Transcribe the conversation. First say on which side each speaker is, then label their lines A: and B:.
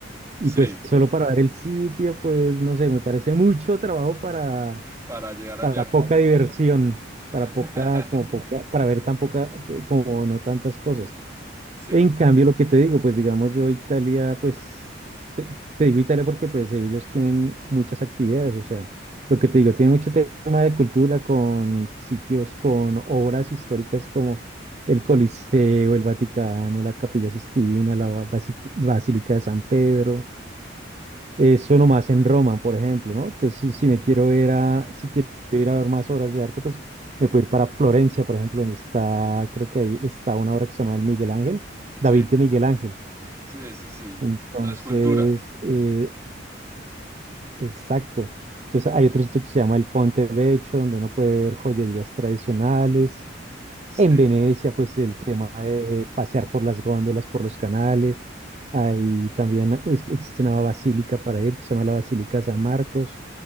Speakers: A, on the right; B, on the right.
A: Y
B: Sí,
A: pues solo para ver el sitio, pues no sé, me parece mucho trabajo para,
B: para llegar
A: para
B: allá.
A: poca diversión, para
B: <laughs>
A: poca, como poca, para ver tan poca, eh, como no tantas cosas.
B: Sí,
A: En cambio, lo que te digo, pues digamos yo Italia, pues te, te digo Italia porque pues ellos tienen muchas actividades, o sea, lo que te digo, tiene mucho tema de cultura con sitios, con obras históricas como el Coliseo, el Vaticano, la Capilla Sistina, la Basi- Basílica de San Pedro. Eso nomás en Roma, por ejemplo, ¿no? Entonces, si, si me quiero ir a, si quiero ir a ver más obras de arte, pues me puedo ir para Florencia, por ejemplo, donde está, creo que ahí está una obra que se llama El Miguel Ángel, David
B: sí,
A: de Miguel Ángel.
B: sí, eso sí.
A: Entonces,
B: La escultura.
A: eh, exacto. Entonces, hay otro sitio que se llama el Ponte Vecchio, donde uno puede ver joyerías tradicionales. En
B: Sí,
A: Venecia, pues el tema de eh, pasear por las góndolas, por los canales. Ahí también pues, existe una basílica para ir que se llama la Basílica San Marcos.